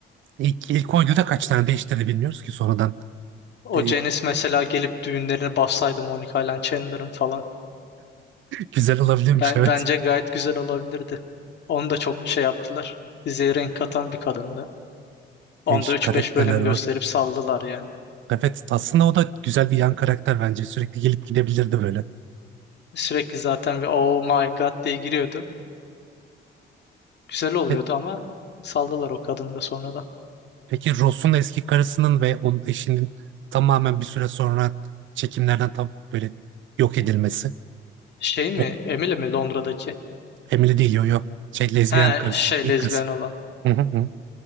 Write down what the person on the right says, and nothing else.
İlk, ilk oyunda kaç tane değişti de bilmiyoruz ki sonradan.
E,
güzel olabilirmiş
evet.
Değişik
karakterler
var.
Evet aslında o da güzel bir yan karakter bence. Sürekli gelip gidebilirdi böyle.
Ve
Peki Ross'un eski karısının ve onun eşinin tamamen bir süre sonra çekimlerden tam böyle yok edilmesi.
O
Emily değil yo yo. Şey lezbiyen
karısı,
ilk
karısı.
Hı hı hı.